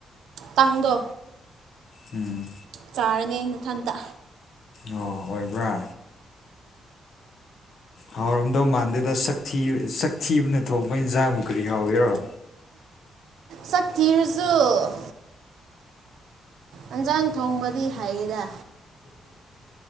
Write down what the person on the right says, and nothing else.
ꯇꯥꯡꯗꯣ
ꯆꯥꯔꯅꯤ ꯃꯊꯟꯇ
ꯁꯀꯤꯔꯁꯨꯨ ꯑꯦꯟꯖꯥꯡ ꯊꯣꯡꯕꯗꯤ ꯍꯥꯏꯌꯦꯗ